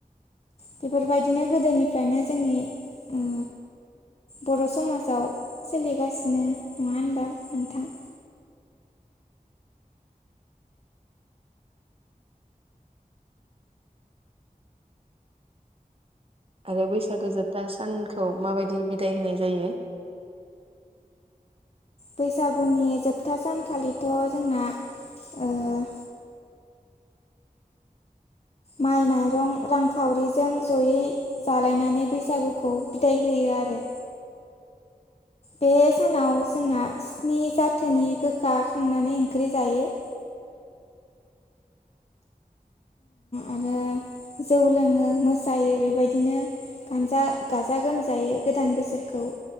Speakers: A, on the left; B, on the right.
A: बेफोरबायदिनो गोदोनिफ्रायनो जोंनि बर' समाजाव सोलिगासिनो नङा होनबा नोंथां?
B: आरो बैसागो जोबथा सानखौ माबायदि बिदाय होनाय जायो?
A: बैसागुनि जोबथा सानखालिथ' जोंना ओ माइ माइरं रांखावरिजों जयै जालायनानै बैसागुखौ बिदाय होयो आरो बे सानाव जोंना स्नि जाथोनि गोखा खांनानै ओंख्रि जायो। आरो जौ लोङो मोसायो बेबायदिनो गानजा गाजा गोमजायै गोदान बोसोरखौ